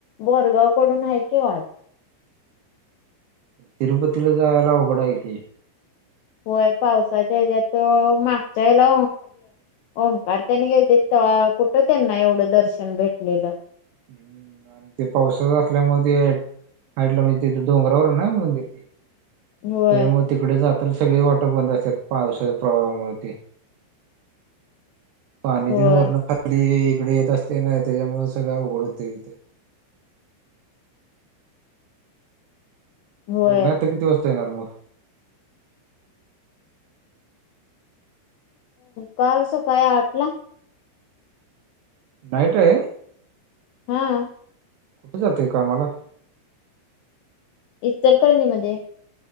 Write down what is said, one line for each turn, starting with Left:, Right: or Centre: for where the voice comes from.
Left: बोरगाव कडून आहे कि वाट.
Right: तिरपतीला जायला उघडा आहे की.
Left: होय पावसाच्या याच्या्यात मागच्या याला. ओंकार त्यांनी गेले ते कुठं त्यांना एवढं दर्शन भेटलेलं.
Right: हम्म आणि ते पावसात असल्या म. डलं म्हणजे तिथ डोंगरावर ना मंदिर ते.
Left: होय
Right: त्याच्यामुळेग तिकडे जात सगळे वाटर बंद असतात पावसाच्या प्रवाहामुळे ते. पाणी
Left: होय
Right: तन वरण खाली इकडे येत असते नाही त्याच्यामुळे सगळं उघड होते तथे.
Left: होय
Right: हो म आता किती वाजता येणार मग.
Left: कास काय आटला.
Right: नाईट रे.
Left: हम.
Right: कुठे जातय कामाला.
Left: इचलकरंजी मध्ये.